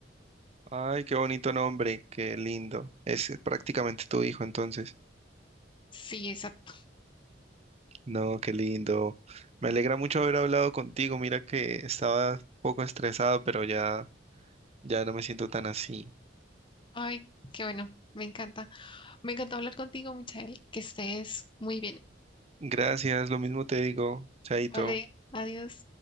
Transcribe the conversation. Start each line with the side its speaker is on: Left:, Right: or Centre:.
Right: Ay, qué bonito nombre, qué lindo. Es prácticamente tu hijo entonces.
Left: Sí, exacto.
Right: No, qué lindo. Me alegra mucho haber hablado contigo. Mira que estaba un poco estresado, pero ya, ya no me siento tan así.
Left: Ay, qué bueno, me encanta. Me encantó hablar contigo, Michael, que estés muy bien.
Right: Gracias, lo mismo te digo, Chaito.
Left: Vale, adiós.